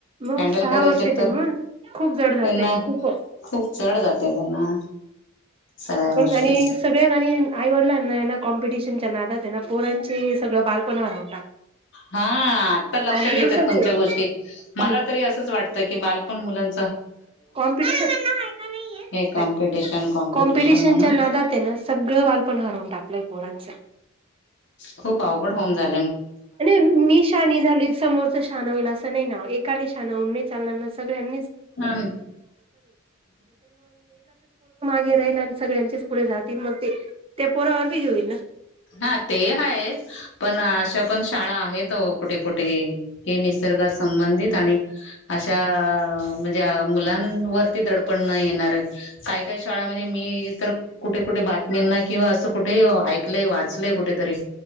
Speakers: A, on the right (about 30°); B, on the left (about 65°).
A: मग
B: हँडल
A: सहा
B: करायचे
A: वर्षाच्या
B: तर
A: मग खूप जड जातय
B: त्यांना
A: खूप.
B: खूप चड जातय त्यांना सगळ्या
A: आपण
B: गोष्टी
A: आणि सगळ्यात आणि आईवडलांना यांना, कॉम्प त्यांना पोरांचे सगळं बालपण रा
B: हा आता लक्षात
A: कॉम्पिटिशनच
B: येतात तुमच्या
A: आहे
B: गोष्टी
A: हम्म
B: मला तरी असंच वाटत. बाल पण मुलां
A: कॉम्पिटिशन
B: हे कॉम्पिटिशन कॉम्पिटिशन
A: कॉम्पिटिशनच्या
B: म्हणून
A: नादात ना सगळं बालपण हरवून टाकत. आप पोढाचा <inaudible>
B: खूप अवघड होऊन जाई.
A: नाही मी शानी झाली समोरच शान होईल असं नाही ना एकाने शान होून मी चालणार ना सगळ्यांनी
B: हा नाही
A: रा आणि सगळ्यां पु जात मग ते पोरावर बी हे होईल ना
B: हा ते हाच पण अशा पण शाळा आहेत कुठे कुठे हे निसर्गा संबंधित आणि अशा म्हणजे मुलांवरती दडपण नाही येणार काय काय शाळा म्हणजे मी तर कुठे कुठे बातम्यांना किंवा असं कुठे ऐकलंय वाचलय कुठेतरी